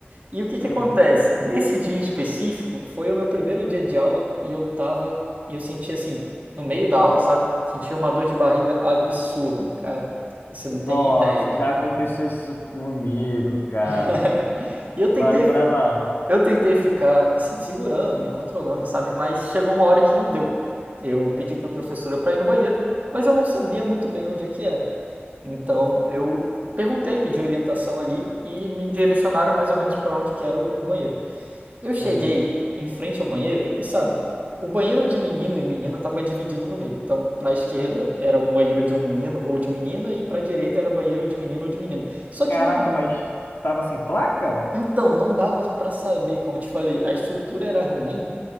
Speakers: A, on the right; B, on the left.
A: E o que
B: Sim.
A: que acontece? Nesse dia em específico, foi o meu primeiro dia de aula e eu tava, e eu senti assim, no meio da aula, sabe? Senti uma dor de barriga absurda, cara. E você não
B: Nossa,
A: tem ideia.
B: já aconteceu isso comigo, cara.
A: <laughs> E eu
B: Mas
A: tentei
B: vai lá.
A: Eu tentei ficar, assim, segurando, me controlando, sabe? Mas chegou uma hora que não deu. Eu pedi para a professora para ir no banheiro, mas eu não sabia muito bem onde é que era. Então eu perguntei, pedi orientação ali e me direcionaram mais ou menos para onde que era o banheiro. Eu
B: Sim.
A: cheguei em frente ao banheiro e sabe, o banheiro de menino e menina estava dividido no meio. Então, para a esquerda era o banheiro de um menino ou de menina e para a direita era banheiro de menino ou de menina. Só que
B: Caraca,
A: não,
B: mas tava sem placa?
A: então não dava para saber, como eu te falei, a estrutura era ruim